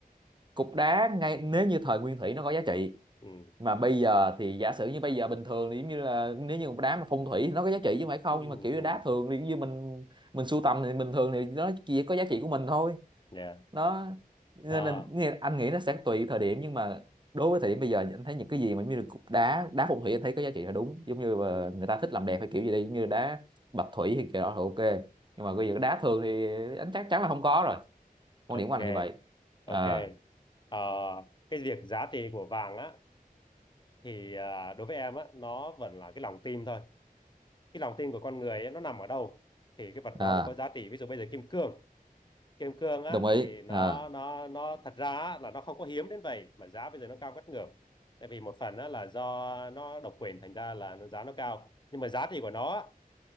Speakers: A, on the right; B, on the left.
A: cục đá ngay nếu như thời nguyên thủy nó có giá trị
B: ừ
A: mà bây giờ thì giả sử như bây giờ bình thường thì giống như là nếu như một đá mà phong thủy nó có giá trị chứ không phải không
B: ừ
A: nhưng mà kiểu
B: ừ
A: như đá thường thì giống như mình mình sưu tầm thì bình thường thì nó chỉ có giá trị của mình thôi
B: yeah.
A: nó nên
B: đó
A: là nghe- anh nghĩ nó sẽ tùy thời điểm nhưng mà đối với thời điểm bây giờ anh thấy những cái gì mà giống như là cục đá đá phong thủy anh thấy có giá trị là đúng giống như là
B: ừ.
A: người ta thích làm đẹp hay kiểu gì đi giống như đá bạch thủy thì kiểu đó thì ok nhưng mà bây
B: ừ.
A: giờ đá thường thì anh chắc chắn là không có rồi quan
B: ok
A: điểm của anh là như vậy à
B: ok Ờ, cái việc giá trị của vàng á thì à, đối với em á nó vẫn là cái lòng tin thôi cái lòng tin của con người ấy, nó nằm ở đâu thì cái vật
A: à
B: đó nó có giá trị ví dụ bây giờ kim cương kim cương á
A: đồng ý
B: thì nó
A: à
B: nó nó thật ra á, là nó không có hiếm đến vậy mà giá bây giờ nó cao ngất ngưởng tại vì một phần á, là do nó độc quyền thành ra là nó giá nó cao nhưng mà giá trị của nó á,